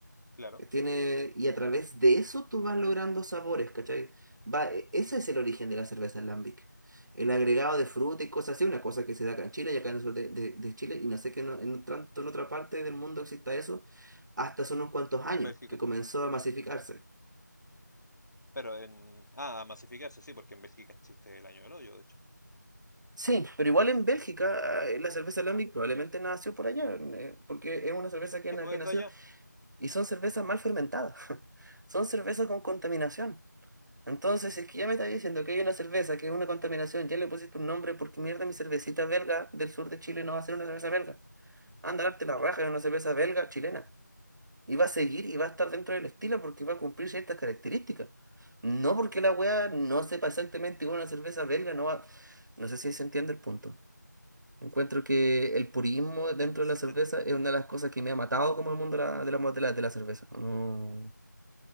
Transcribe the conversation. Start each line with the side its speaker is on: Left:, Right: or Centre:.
Left: claro.
Right: Tiene, y a través de eso tú vas logrando sabores, ¿cachai? Va, e- ese es el origen de la cerveza en Lambic. El agregado de fruta y cosas así, una cosa que se da acá en Chile y acá en el sur de, de- de Chile, y no sé que no- en, tanto en otra parte del mundo exista eso, hasta hace unos cuantos años
Left: Bélgica.
Right: que comenzó a masificarse.
Left: Pero en... Ah, a masificarse, sí, porque en Bélgica existe el año del hoyo, de hecho.
Right: Sí, pero igual en Bélgica eh, la cerveza Lambic probablemente nació por allá, eh, porque es una cerveza que,
Left: Se
Right: na-
Left: puede
Right: que nació
Left: desde allá.
Right: y son cervezas mal fermentadas, <laughs> son cervezas con contaminación. Entonces, si es que ya me está diciendo que hay una cerveza que es una contaminación, ya le pusiste un nombre porque mierda mi cervecita belga del sur de Chile no va a ser una cerveza belga. Anda, darte la raja de una cerveza belga chilena. Y va a seguir y va a estar dentro del estilo porque va a cumplir ciertas características. No porque la wea no sepa exactamente igual a una cerveza belga, no va... No sé si se entiende el punto. Encuentro que el purismo dentro
Left: Se, en- se
Right: de la cerveza
Left: en-
Right: es una de las cosas que me ha matado como el mundo de la, de la, de la- de la cerveza. No,